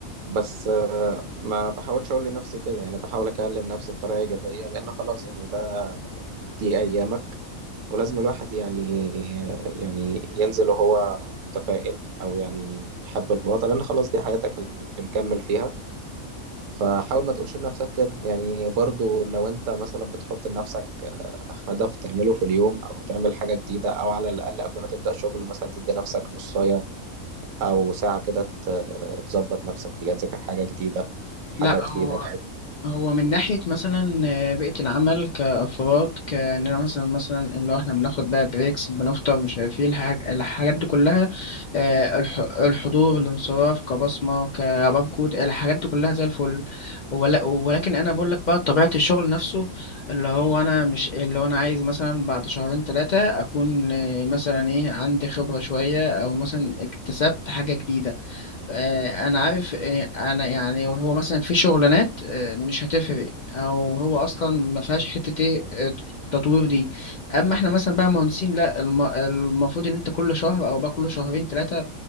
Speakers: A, on the right (about 70°); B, on the left (about 75°).
A: بس آه، ما بحاولش اقول لنفسي كده يعني بحاول اكلم نفسي بطريقة ايجابية لان خلاص يعني ده دي ايامك ولازم الواحد يعني يعني ينزل وهو متفائل او يعني يحب الوضع لان خلاص دي حياتك اللي مكمل فيها فحاول ما تقولش لنفسك كده يعني برضو لو انت مثلا بتحط لنفسك آه، هدف تعمله في اليوم او تعمل حاجة جديدة او على الاقل قبل ما تبدأ شغل مثلا تدي نفسك نصاية او ساعة كده ت- تظبط نفسك فيها تذاكر حاجة جديدة حاجة
B: لا
A: تفيدك
B: هو هو من ناحية مثلا آه، بيئة العمل كأفراد كأننا مثلا مثلا اللي هو احنا بناخد بقى بريكس بنفطر مش عارف ايه الحاج- الحاجات دي كلها آه، الح- الحضور الانصراف كبصمة كباركود الحاجات دي كلها زي الفل ول- ولكن أنا بقول لك بقى طبيعة الشغل نفسه اللي هو أنا مش اللي هو أنا عايز مثلا بعد شهرين ثلاثة أكون آه، مثلا إيه عندي خبرة شوية أو مثلا اكتسبت حاجة جديدة آه، انا عارف آه، انا يعني وهو مثلا في شغلانات آه، مش هتفرق او هو اصلا ما فيهاش حته ايه آه، تطوير دي اما احنا مثلا بقى مهندسين لا الم- المفروض ان انت كل شهر او بقى كل شهرين ثلاثه